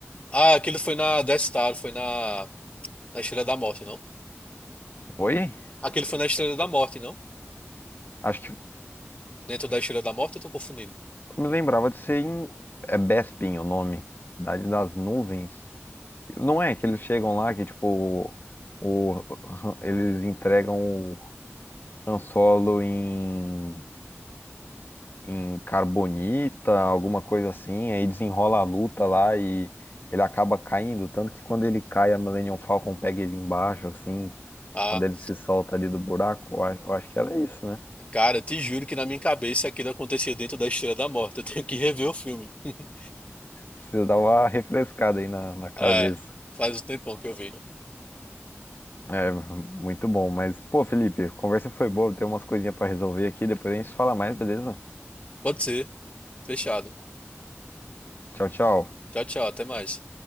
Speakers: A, on the left (about 30°); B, on the left (about 45°).
A: Ah, aquele foi na Death Star, foi na, na Estrela da Morte, não?
B: Foi?
A: Aquele foi na Estrela da Morte, não?
B: Acho que
A: Dentro da Estrela da Morte, eu tô confundindo.
B: me lembrava de ser em. É Bespin o nome. Cidade das Nuvens. Não é que eles chegam lá que, tipo, o, o- eles entregam o Han Solo em, em carbonita, alguma coisa assim, aí desenrola a luta lá e ele acaba caindo. Tanto que quando ele cai, a Millennium Falcon pega ele embaixo, assim,
A: Ah,
B: quando ele se solta ali do buraco. Eu, a- eu acho que era isso, né?
A: cara, te juro que na minha cabeça aquilo acontecia dentro da Estrela da Morte. Eu tenho que rever o filme. <laughs>
B: Precisa dar uma refrescada aí na, na cabeça.
A: É, faz um tempão que eu vi.
B: É, muito bom. Mas, pô, Felipe, a conversa foi boa, tem umas coisinhas pra resolver aqui, depois a gente fala mais, beleza?
A: Pode ser. Fechado.
B: Tchau, tchau.
A: Tchau, tchau. Até mais.